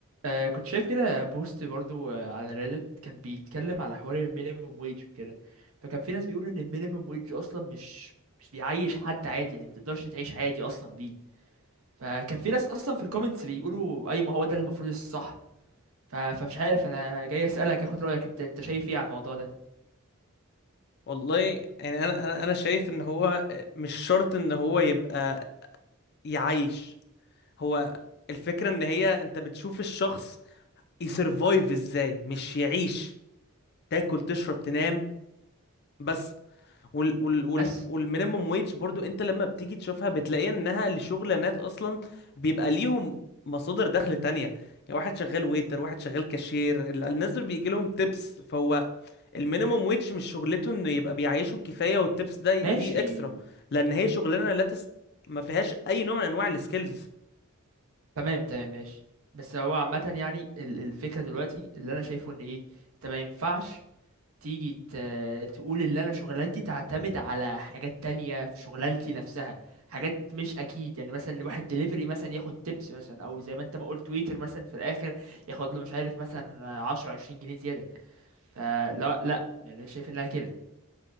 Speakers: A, on the right; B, on the left.
A: آه كنت شايف كده بوست برضو آه على ريدت كان بيتكلم على حوار المينيمم ويج كده فكان في ناس بيقولوا ان المينيمم ويج اصلا مش مش بيعيش حد عادي يعني ما تقدرش تعيش عادي اصلا بيه فكان في ناس اصلا في الكومنتس بيقولوا اي ما هو ده المفروض الصح ف... فمش عارف انا جاي اسالك اخد رايك انت انت شايف ايه على الموضوع ده
B: والله يعني انا انا أنا شايف ان هو مش شرط ان هو يبقى يعيش هو الفكرة ان هي انت بتشوف الشخص يسرفايف ازاي مش يعيش تاكل تشرب تنام بس وال وال والمف...
A: بس
B: والمينيموم ويج برضو انت لما بتيجي تشوفها بتلاقي انها لشغلانات اصلا بيبقى ليهم مصادر دخل تانية يعني واحد شغال ويتر واحد شغال كاشير ال- الناس دول بيجي لهم تيبس فهو المينيموم ويج مش شغلته انه يبقى بيعيشهم كفايه والتبس ده دي
A: ماشي
B: اكسترا لان هي شغلانه لا تس... ما فيهاش اي نوع من انواع السكيلز
A: تمام تمام ماشي بس هو عامه يعني ال- الفكره دلوقتي اللي انا شايفه ان ايه انت ما ينفعش تيجي ت... تقول اللي انا شغلانتي تعتمد على حاجات تانية في شغلانتي نفسها حاجات مش اكيد يعني مثلا لواحد دليفري مثلا ياخد تيبس مثلا او زي ما انت ما قلت تويتر مثلا في الاخر ياخد له مش عارف مثلا 10 20 جنيه زيادة فلا لا يعني شايف انها كده